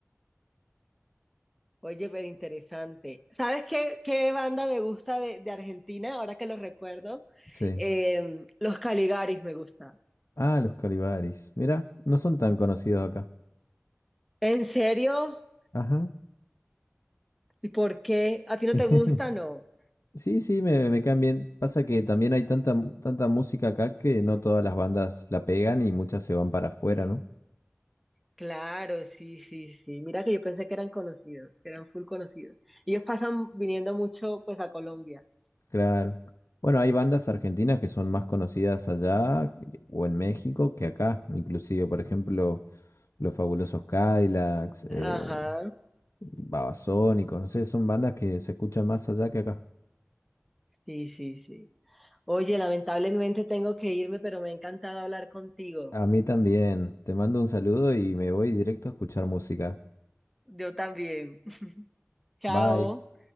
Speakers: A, in the centre; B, on the left.
A: Oye, pero interesante. ¿Sabes qué, qué banda me gusta de, de Argentina, ahora que lo recuerdo?
B: Sí.
A: Eh, Los Caligaris me gusta.
B: Ah, los Calibaris. Mira, no son tan conocidos acá.
A: ¿En serio?
B: Ajá.
A: ¿Y por qué? ¿A ti no
B: <laughs>
A: te gusta? No.
B: Sí, sí, me, me caen bien. Pasa que también hay tanta, mu- tanta música acá que no todas las bandas la pegan y muchas se van para afuera,
A: Mm,
B: ¿no?
A: Claro, sí, sí, sí. Mira que yo pensé que eran conocidos, que eran full conocidos. Ellos pasan viniendo mucho pues a Colombia.
B: Claro. Bueno, hay bandas argentinas que son más conocidas allá eh, o en México que acá. Inclusive, por ejemplo, Los Fabulosos Cadillacs, eh,
A: Ajá,
B: Babasónicos, no sé, son bandas que se escuchan más allá que acá.
A: sí, sí, sí. Oye, lamentablemente tengo que irme, pero me ha encantado hablar contigo.
B: A mí también. Te mando un saludo y me voy directo a escuchar música.
A: Yo también. <laughs> Chao.
B: Bye.